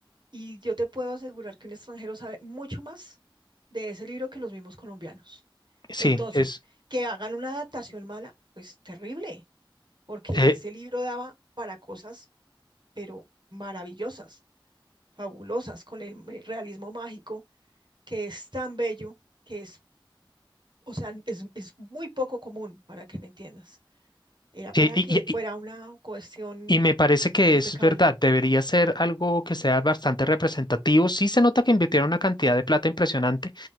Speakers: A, on the right (about 60°); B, on the left (about 55°).
A: Y yo te puedo asegurar que un extranjero sabe mucho más de ese libro que los mismos colombianos.
B: Sí,
A: Entonces,
B: es.
A: que hagan una adaptación mala, pues terrible, porque
B: eh,
A: ese libro daba para cosas, pero maravillosas. fabulosas con el realismo mágico, que es tan bello, que es, o sea, es, es muy poco común, para que me entiendas. Era para
B: y, y-
A: que fuera una cuestión
B: Y me parece que
A: impecable.
B: es verdad, debería ser algo que sea bastante representativo. Sí se nota que invirtieron una cantidad de plata impresionante,